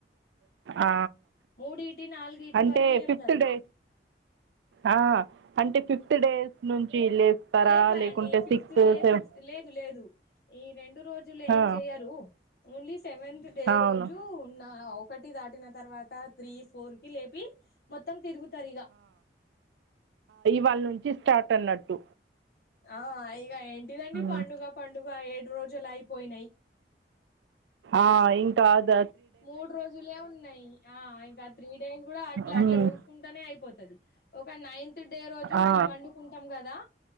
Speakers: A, on the right; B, on the left.
A: ఆ
B: మూడు ఇటి నాలుగు ఇటి
A: అంటే
B: వరకు లేపుతారు
A: ఫిఫ్త్ డే ఆ అంటే ఫిఫ్త్ డేస్ నుంచి ఇల్ళస్తారా
B: లేపారండి
A: లేకుంటే
B: ఫిఫ్త్
A: సిక్స్త్
B: డే
A: సెవె
B: సిక్స్త్ లేదు లేదు ఈ రెండు రోజులు ఏం
A: ఆ
B: చెయరు ఓన్లీ సెవెన్ డే
A: అవును
B: రోజు ఉన్న ఒకటి దాటిన తర్వాత త్రీ ఫోర్ లేపి మొత్తం తిరుగుతారు ఇగ
A: వాళ్ళ నుంచి స్టార్ట్ అన్నట్టు
B: ఆ ఇగ ఏంటిదండి పండుగ
A: మ్
B: పండుగ ఏడు రోజులు అయిపోయినాయి
A: ఆ ఇంకా అద
B: మూడు రోజులే ఉన్నాయి ఆ ఇంక త్రీ డేని కూడా అట్లా
A: మ్
B: అట్లా చూస్త కుంటానే అయిపోతుది ఒక నైన్త్ డే రోజు
A: ఆ
B: మనం వండుకుంటాం కదా